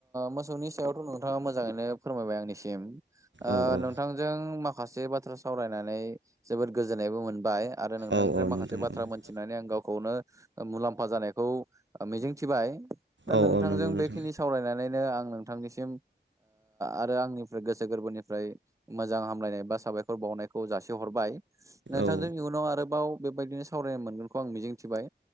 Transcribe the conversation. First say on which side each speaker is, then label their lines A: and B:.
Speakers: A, on the right; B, on the right.
A: मोसौनि सायावथ' नोंथाङा मोजाङैनो फोरमायबाय आंनिसिम
B: औ औ
A: नोंथांजों मा माखासे बाथ्रा सावरायनानै जोबोद गोजोननायबो मोनबाय आरो नोंथांनिफ्राय
B: औ औ
A: माखासे
B: नोंथां
A: बाथ्रा
B: औ
A: मोन्थिनानै आं गाव खौनो मुलाम्फा जानायखौ मिजिं थिबाय दा नोंथांजों
B: औ औ नंगौ नोंथां
A: बेखिनि सावरायनानैनो आं नोंथांनिसिम आरो आंनिफ्राय गोसो गोरबोनिफ्राय मोजां हामलायनाय बा साबायखर बावनायखौ जासिहरबाय नोंथांजों
B: औ
A: इयुनाव आरोबाव बेबायदिनो सावरायनो मोनगोनखौ आं मिजिंथिबाय